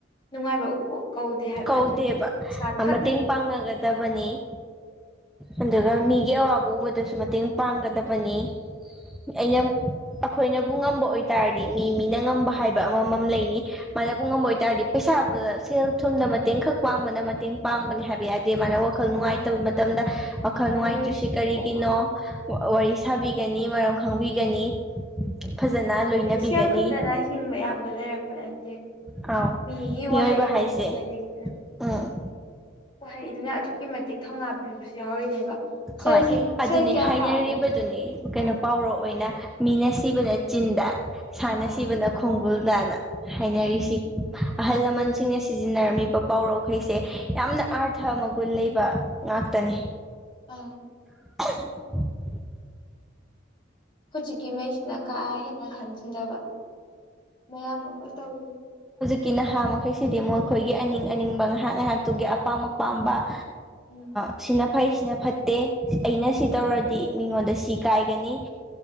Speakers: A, on the left; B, in the centre.
A: ꯅꯨꯡꯉꯥꯏꯕꯣ ꯀꯧꯗꯦ ꯍꯥꯏꯕ
B: ꯀꯧꯗꯦꯕ
A: ꯑꯗꯨꯗꯤ ꯏꯁꯥ ꯈ
B: ꯃꯇꯦꯡ ꯄꯥꯡꯅꯒꯗꯕꯅꯤ ꯑꯗꯨꯒ ꯃꯤ ꯒꯤ ꯑꯋꯥꯕ ꯎꯕꯗꯁꯨ ꯃꯇꯦꯡ ꯄꯥꯡꯒꯗꯕꯅꯤ ꯑꯩꯅ ꯑꯩꯈꯣꯏꯅꯕꯨ ꯉꯝꯕ ꯑꯣꯏꯇꯥꯔꯗꯤ ꯃꯤ ꯃꯤꯅ ꯉꯝꯕ ꯍꯥꯏꯕ ꯑꯃꯃꯝ ꯂꯩꯅꯤ ꯃꯥꯏꯅꯕꯨ ꯉꯝꯕ ꯑꯣꯏꯇꯥꯥꯔꯗꯤ ꯄꯩꯁꯥ ꯁꯦꯜ ꯊꯨꯝꯗ ꯃꯇꯦꯡ ꯈꯛ ꯄꯥꯡꯕꯅ ꯃꯇꯦꯡ ꯄꯥꯡꯕꯅꯦ ꯍꯥꯏꯕ ꯌꯥꯏꯔꯦ ꯃꯅ ꯋꯥꯈꯜ
A: ꯎꯝ
B: ꯅꯨꯡꯉꯥꯏꯇꯕ ꯃꯇꯝꯗ ꯋꯥꯈꯜ ꯅꯨꯡꯉꯥꯏꯇ꯭ꯔꯤꯁꯤ
A: ꯃꯤꯅꯨꯡꯁꯤ
B: ꯀꯔꯤꯒꯤꯅꯣ
A: ꯄꯣꯛꯑꯒ
B: ꯋꯥꯔꯤ ꯁꯥꯕꯤ ꯒꯅꯤ ꯃꯔꯝ ꯈꯪꯕꯤꯒꯅꯤ ꯐꯖꯅ ꯂꯣꯏꯅꯕꯤꯒꯅꯤ
A: ꯁꯦꯜ ꯈꯛꯇꯅ ꯍꯤꯡꯕ ꯌꯥꯕ ꯂꯩꯔꯛꯄ ꯅꯠꯇꯦ
B: ꯑꯥꯎ
A: ꯃꯤꯒꯤ
B: ꯃꯤꯑꯣꯏꯕ
A: ꯋꯥꯍꯩ
B: ꯍꯥꯏꯁꯦ
A: ꯍꯥꯏꯕꯁꯨ ꯂꯩꯗꯅ
B: ꯎꯝ
A: ꯍꯍꯩ ꯑꯗꯨꯅ ꯑꯗꯨꯛꯀꯤ ꯃꯇꯤꯛ ꯊꯧꯅꯥ ꯄꯤꯕꯁꯨ ꯌꯥꯎꯔꯤꯅꯦꯕ ꯁꯦꯜꯁꯤ
B: ꯍꯣꯏ ꯑꯗꯨꯅꯦ
A: ꯁꯦꯜ ꯀꯌꯥ
B: ꯍꯥꯏꯅꯔꯤꯕꯗꯨꯅꯤ
A: ꯐꯥꯔꯁꯨ
B: ꯀꯩꯅꯣ
A: ꯑꯥ
B: ꯄꯥꯎꯔ ꯑꯣꯏꯅ ꯃꯤꯅ ꯁꯤꯕꯅ ꯆꯤꯟꯗꯥ ꯁꯥꯟꯅ
A: ꯑꯥ
B: ꯁꯤꯕꯅ ꯈꯣꯡꯒꯨꯜ ꯅꯥꯅ ꯍꯥꯏꯅꯔꯤꯁꯤ
A: ꯎꯝ
B: ꯑꯍꯜ ꯂꯃꯟꯁꯤꯡꯅ
A: ꯎꯝ
B: ꯁꯤ ꯁꯤꯖꯤꯟꯅꯔꯝꯃꯤꯕ ꯄꯥꯎꯔꯧꯈꯩꯁꯦ ꯌꯥꯝꯅ ꯑꯥꯔꯊ ꯃꯒꯨꯟ ꯂꯩꯕ ꯉꯥꯛꯇꯅꯤ
A: ꯑ
B: <inaudible>
A: ꯍꯧꯖꯤꯛꯀꯤꯉꯩꯁꯤꯅ ꯀꯥ ꯍꯦꯟꯅ ꯈꯟꯖꯤꯟꯅꯕ ꯃꯌꯥꯝ ꯑꯃ ꯇꯧꯋꯤ
B: ꯀꯤ ꯅꯍꯥ ꯃꯈꯩꯁꯤꯗꯤ ꯃꯈꯣꯏꯒꯤ ꯑꯅꯤꯡ ꯑꯅꯤꯡꯕ ꯉꯥꯏꯍꯥꯛ ꯉꯥꯏꯍꯥꯛꯇꯨꯒꯤ ꯑꯄꯥꯝ ꯑꯄꯥꯝꯕ
A: ꯑꯪ ꯎꯝ
B: ꯁꯤꯅ ꯐꯩꯁꯤꯅ ꯐꯠꯇꯦ ꯑꯩꯅ ꯁꯤ ꯇꯧꯔꯗꯤ ꯃꯤꯉꯣꯟꯗ ꯁꯤ ꯀꯥꯏꯒꯅꯤ